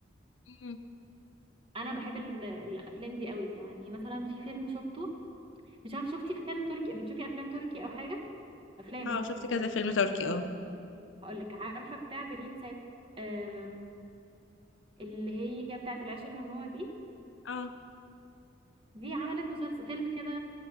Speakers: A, on the left (about 80°); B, on the right (about 30°).
A: مم.
B: انا بحب ال- الافلام دي قوي يعني مثلا في فيلم شفته مش عارف شفتي فيلم تركي بتشوفي افلام تركي او حاجه افلام
A: اه
B: مش مسلسلات
A: شفت كذا فيلم تركي اه
B: هقول لك عارفه بتاع برين سات آم، اللي هي بتاعه العيش الممنوع دي
A: اه
B: دي عملت مسلسل فيلم كده